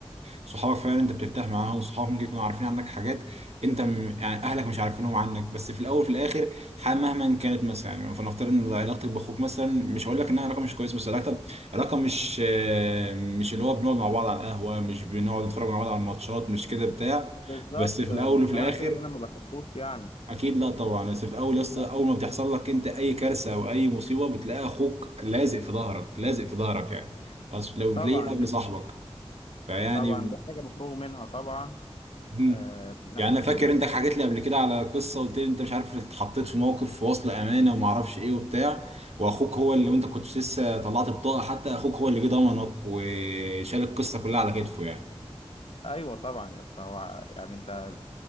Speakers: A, on the right (about 80°); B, on the left (about 65°).
A: صحابك فعلا انت بترتاح معاهم وصحابك ممكن يكونوا عارفين عنك حاجات انت م... يعني اهلك مش عارفينهم عنك بس في الاول وفي الاخر ح- مهما كانت مثلا يعني فنفترض ان علاقتك باخوك مثلا مش هقول لك انها علاقة مش كويسة بس علاقتك علاقة مش مش اللي هو بنقعد مع بعض على القهوة مش بنقعد نتفرج مع بعض على الماتشات مش كده بتاع
B: بالظبط
A: بس في الأول
B: مش
A: وفي الآخر
B: معنى كده إن أنا ما بحبوش يعني
A: أكيد لا طبعا بس في الأول يا اسطى
B: لا
A: أول ما بتحصل لك أنت أي كارثة أو أي مصيبة بتلاقي أخوك لازق في ظهرك لازق في ظهرك يعني خلاص لو بتلاقيه
B: طبعا
A: قبل
B: دي...
A: صاحبك فيعني
B: طبعا دي حاجة مفروغ منها طبعا
A: مم.
B: آه، من ناحية
A: يعني انا فاكر
B: إنك
A: انت حكيت لي قبل كده على قصه قلت لي انت مش عارف اتحطيت في موقف في وصل امانه وما اعرفش ايه وبتاع واخوك هو اللي وانت كنت لسه طلعت بطاقه حتى اخوك هو اللي جه ضمنك وشال القصه كلها على كتفه يعني
B: ايوه طبعا يا اسطى هو يعني انت